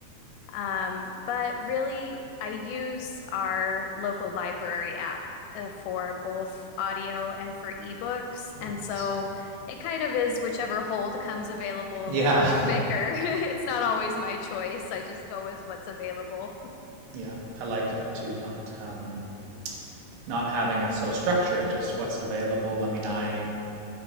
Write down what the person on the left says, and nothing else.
Um, but really, I use our local library app uh, for both audio and for ebooks.
And
so it kind of is whichever hold comes available
quicker. <laughs> It's not always my choice. I just go with what's available.
Mhm.